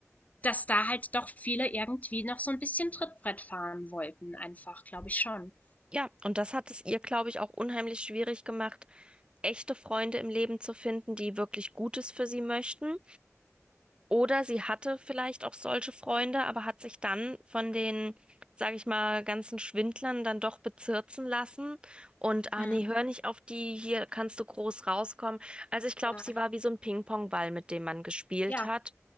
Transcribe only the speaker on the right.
ja, und das hat es ihr, glaube ich, auch unheimlich schwierig gemacht, echte Freunde im Leben zu finden, die wirklich Gutes für sie möchten. Oder sie hatte vielleicht auch solche Freunde, aber hat sich dann von den, sage ich mal, ganzen Schwindlern dann doch bezirzen lassen. Und, ah
nee, hör nicht auf die, hier kannst du groß rauskommen. Also ich glaube,
sie war wie so ein Ping-Pong-Ball, mit dem man gespielt
hat.